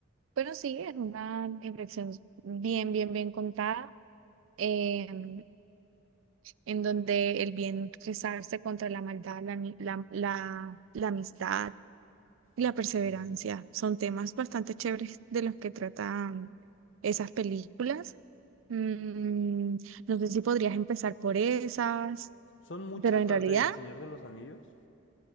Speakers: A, on the right; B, on the left.
A: Pero sí, es una reflexión bien, bien, bien contada. em, en donde el bien rezarse contra la maldad, la, mi la, la la amistad y la
B: Okay.
A: perseverancia. Son temas bastante chéveres de los que tratan esas películas. Mm, no sé si podrías empezar por esas,
B: ¿Son muchas
A: pero en
B: las
A: realidad,
B: del Señor de los Anillos?